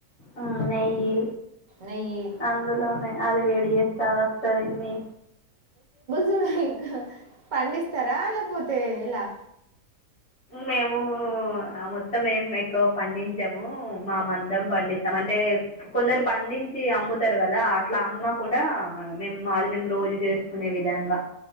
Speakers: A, on the left; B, on the right.
A: ఆ నెయ్యి
B: నెయ్యి
A: అందులోనే అది వేడి చేస్తే అది వస్తాది మీ
B: చూడ ఇంకా పండిస్తారా లేకపోతే ఎలా
A: మేము ఆ మొత్తం మేము ఎక్కువ పండించాము మా మందం పండిస్తామని అంటే కొందరు పండించి అమ్ముతారు కదా అట్లా అమ్మకుడా మేము మాది మేము రోజు చేసుకునే విధంగా